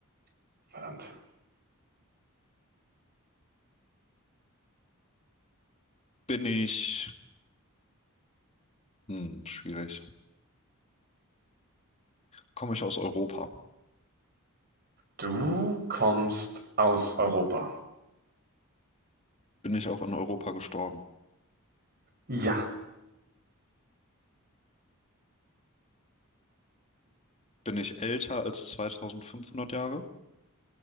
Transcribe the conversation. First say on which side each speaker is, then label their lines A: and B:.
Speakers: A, on the right; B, on the left.
A: Verdammt.
B: Bin ich, hm, schwierig. Komme ich aus Europa?
A: Du kommst aus Europa.
B: Bin ich auch in Europa gestorben?
A: Ja.
B: Bin ich älter als 2500 Jahre?